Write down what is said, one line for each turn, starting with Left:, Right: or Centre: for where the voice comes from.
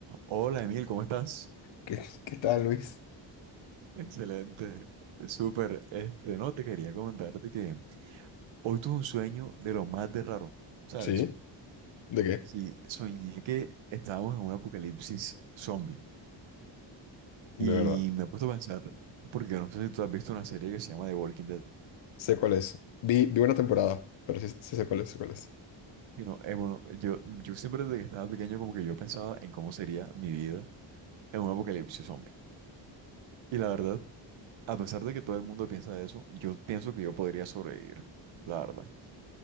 Right: Hola Emil, ¿cómo estás?
Left: ¿Qué, qué tal, Luis?
Right: Excelente, súper. Este, no, te quería comentarte que hoy tuve un sueño de lo más de raro, ¿sabes?
Left: ¿Sí? ¿De qué?
Right: Sí, soñé que estábamos en un apocalipsis zombie
Left: De
Right: y
Left: verdad.
Right: me he puesto a pensar, porque yo no sé si tú has visto una serie que se llama The Walking Dead.
Left: Sé cuál es. Vi, vi una temporada, pero sí, sí sé cuál es, sé cuál es.
Right: Y no, eh, bueno, yo, yo siempre desde que estaba pequeño como que yo pensaba en cómo sería mi vida en un apocalipsis zombie. Y la verdad, a pesar de que todo el mundo piensa eso, yo pienso que yo podría sobrevivir, la verdad.